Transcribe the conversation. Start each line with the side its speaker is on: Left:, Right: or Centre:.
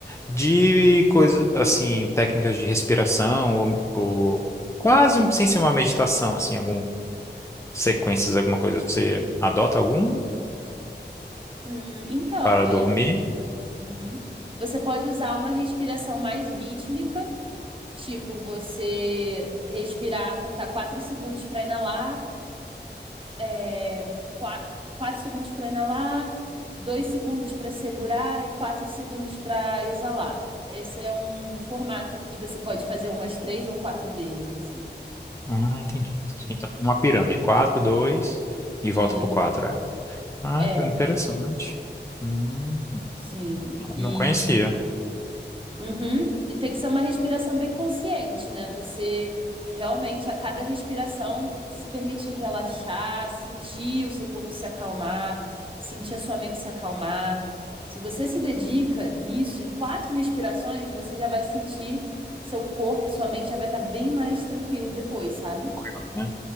Left: De coisas, assim, técnicas de respiração, ou, ou quase sem ser uma meditação, assim, algum sequências, alguma coisa. Você adota alguma
Right: Hum, então,
Left: para
Right: é.
Left: dormir?
Right: uhum. Você pode usar uma respiração mais rítmica, tipo você respirar, contar 4 segundos para inalar, é, qua- 4 segundos para inalar, 2 segundos para segurar e 4 segundos para exalar. Esse é um formato que você pode fazer umas três ou quatro vezes, assim.
Left: Ah, entendi. Então, uma pirâmide. quatro, dois e
Right: E
Left: volta pro 4, é? Ah,
Right: é,
Left: que interessante. Hum,
Right: sim. e
Left: não conhecia.
Right: Uhum. E tem que ser uma respiração bem consciente, né? Você realmente, a cada respiração, se permitir relaxar, sentir o seu corpo se acalmar, sentir a sua mente se acalmar. Se você se dedica nisso, em quatro respirações, você já vai sentir seu corpo e sua mente já vai estar bem mais tranquilo depois, sabe?
Left: Curioso, né?